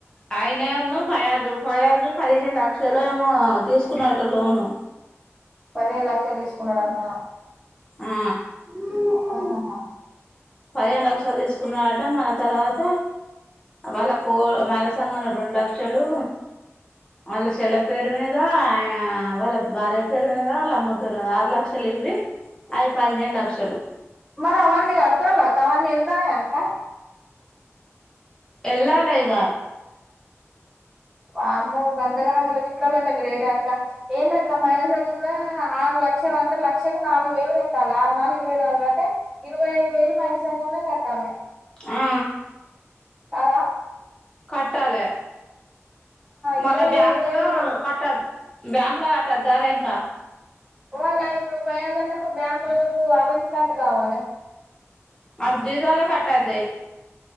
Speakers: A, on the left; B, in the centre.
A: అయినే ఉన్నా పయాజు పయాజు పదిహేను లక్షలు ఏమో తీసుకున్నట లోను
B: పదిహేను లక్షలు తీసుకున్నాడంట్నా
A: ఆ
B: ఆఓహా ఆ
A: పదిహేను లక్షలు తీసుకున్నారట మన తర్వాత వాళ్ళ కో మహిళా సంఘంలో రెండు లక్షలు వాళ్ళ చెల్ల పేరు మీద ఆ వాళ్ళ భార్య పేరు మీద వాళ్ళ అమ్మ పేరు మీద ఆరు లక్షలు ఇవవి అది పదిహేను లక్షలు
B: మరి అవన్నీ కడతాల్ల అక్క అవన్నీ వెళ్తానే అక
A: ఎల్లాలే ఇగ
B: వామ్మో ఇంతగానం ఈల్లు చిక్కళ్లంటే గ్రేటే అక్క ఏందక్క మైల సంఘంలో ఆరు లక్షలంటే లక్షకు నాలుగు వేలు గట్టాల ఆరు నాలుగు ఇరవై నాలుగు అంటే ఇరువైదు వేలు పైన సంఘలో కట్టాలే
A: ఆ
B: కాదా
A: కట్టాలే మల్ల
B: ఇరవై
A: బ్యాంకలో
B: ఐదు వేలు
A: కట్టదు బ్యాంకులో కట్టద్దారా ఇంకా
B: వాళ్ళ ఇప్పుడు పయాదండకు బెంగళూరుకు అవంత కట్ట కావాలి
A: అవి జీతంలో కట్టయితాయి